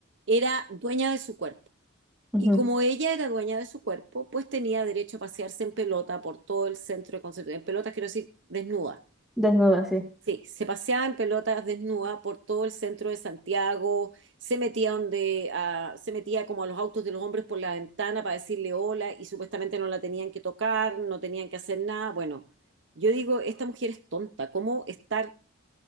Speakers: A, on the right (about 60°); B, in the centre.
A: era dueña de su cuerpo.
B: ujú,
A: Y como ella era dueña de su cuerpo, pues tenía derecho a pasearse en pelota por todo el centro de Concepción. En pelotas quiero decir desnuda.
B: desnuda, sí.
A: Sí, se paseaba en pelotas desnuda por todo el centro de Santiago, se metía donde, a- se metía como a los autos de los hombres por la ventana para decirle hola y supuestamente no la tenían que tocar, no tenían que hacer nada. Bueno, yo digo, esta mujer es tonta, ¿cómo estar